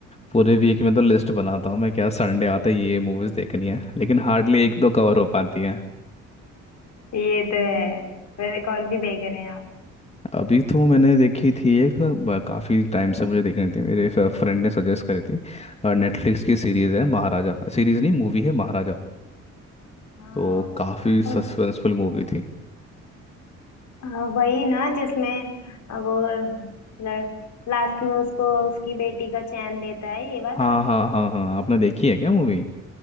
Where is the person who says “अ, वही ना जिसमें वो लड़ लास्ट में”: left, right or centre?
Left